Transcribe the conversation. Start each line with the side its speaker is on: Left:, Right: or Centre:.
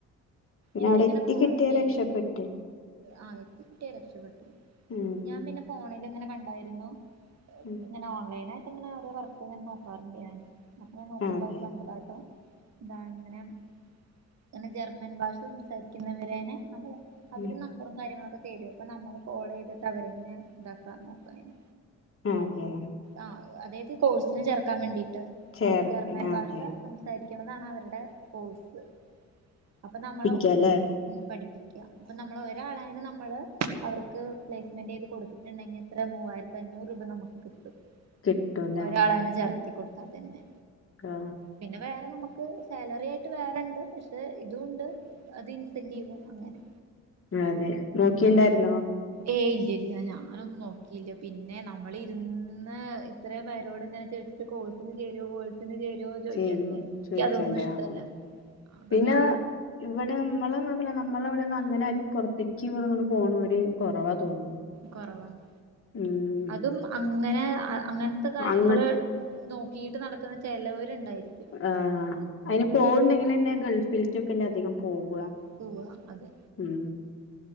Left: പിന്നെ
Right: എനിക്കിങ്ങനെ
Left: അവിടെ എത്തി
Right: ഫോണിലേ
Left: കിട്ടിയ രക്ഷപ്പെട്ട്
Right: ആഹ് എത്തിക്കിട്ടിയ രക്ഷപ്പെട്ടു
Left: ഉം
Right: ഞാൻ പിന്നെ ഫോണിൽ ഇങ്ങനെ കണ്ടായിരുന്നു
Left: ഉം
Right: ഇങ്ങനെ ഓൺലൈന അപ്പോ ഇങ്ങനെ ഓരോ വർക്ക്ങ്ങനെ നോക്കാറണ്ട് ഞാന് അപ്പ ഞൻ നോക്കുമ്പോ
Left: അതെ
Right: അങ്ങനെ കണ്ടതാട്ടോ ഇതാണ്ങ്ങനെ അങ്ങനെ ജർമ്മൻ ഭാഷ സംസാരിക്കുന്നവരനെ നമ്മള് അവര്
Left: ഉം
Right: നമ്പറും കാര്യങ്ങളൊക്കെ തെരും അപ്പൊ നമ്മള് കോൾ ചെയ്തിട്ട് അവരന്നെ ഇതാക്കാ നോക്കാംന്
Left: അതെ
Right: ആഹ് അതായത് കോഴ്സിന് ചേർക്കാൻ വേണ്ടീട്ട്
Left: ചേർക്കൻ
Right: അപ്പൊ ജർമ്മൻ
Left: അതെ
Right: ഭാഷ സംസാരിക്കണതാണ് അവരുടെ കോഴ്സ് അപ്പൊ നമ്മള്
Left: കേല്ലേ
Right: ഉം പഠിപ്പിക്കുക അപ്പൊ നമ്മൾ ഒരാളായും നമ്മള് അവർക്ക് പ്ലേസ്മെന്റ് ചെയ്ത് കൊടുത്തിട്ടുണ്ടെങ്കിൽ അത്ര മൂവായിരത്തി അഞ്ഞൂറ് രൂപ നമുക്ക് കിട്ടും
Left: കിട്ടൂല്ലേ
Right: ഒരാളേനെ ചേർത്തി കൊടുത്താ തന്നെ
Left: ആ
Right: പിന്നെ വേറെ നമുക്ക് സാലറി ആയിട്ട് വേറണ്ട് പക്ഷെ ഇതും ഉണ്ട് അത് ഇൻസെന്റീവും അങ്ങനെ
Left: അതെ നോക്കിണ്ടായിരുന്നോ
Right: ഏയ് ഇല്ല ഇല്ല ഞാനൊന്നും നോക്കിയില്ല പിന്നെ നമ്മളിരുന്ന് ഇത്രയും പേരോടിങ്ങനെ ചോദിച്ചിട്ട് കോഴ്സ് ചേരുവോ കോഴ്സിന് ചേരുവോ ചോദിക്കണ്ട്
Left: ചേലും
Right: എനിക്ക്
Left: ചോയിക്കണ്ടേ
Right: അതൊന്നും ഇഷ്ടമല്ല
Left: ആ ആ
Right: അപ്പൊ
Left: പിന്നെ
Right: ഞാ
Left: ഇവിടെ നമ്മളല്ല നമ്മളെ ഇവിടെന്ന് അങ്ങനെ ആരും പുറത്തേക്ക് ഇവിടെങ്ങ പോണര് കുറവാ തോന്നുന്നു
Right: കുറവാണ്
Left: ഉം
Right: അതും അങ്ങനെ അങ്ങനത്തെ കാര്യങ്ങൾ
Left: അങ്ങ
Right: നോക്കിയിട്ട് നടക്കുന്ന ചിലവരുണ്ടായിരിക്കും
Left: ആഹ് അതിന് പോവണ്ടെങ്കിൽന്നെ ഗൾഫിലേക്ക്ക്കെല്ല അധികം പോവുക
Right: പൂവ അതെ
Left: ഉം